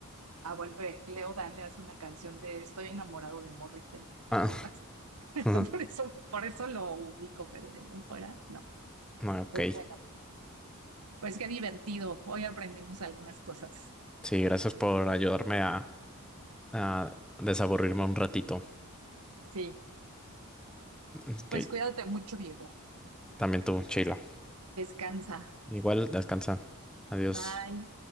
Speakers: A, on the right; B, in the centre.
A: Ah, bueno, eh, Leo Dan le hace una canción de Estoy enamorado de Morrissey
B: Ah,
A: o algo así. <laughs>
B: <laughs>
A: Por eso, por eso lo ubico, pero de ahí en fuera, no.
B: ah, ok.
A: Pues bueno, pues qué divertido. Hoy aprendimos algunas cosas.
B: Sí, gracias por ayudarme a, a desaburrirme un ratito.
A: Sí,
B: Ok.
A: pues cuídate mucho, Diego.
B: También tú, Sheila.
A: Descansa.
B: Igual, descansa. Adiós.
A: Bye.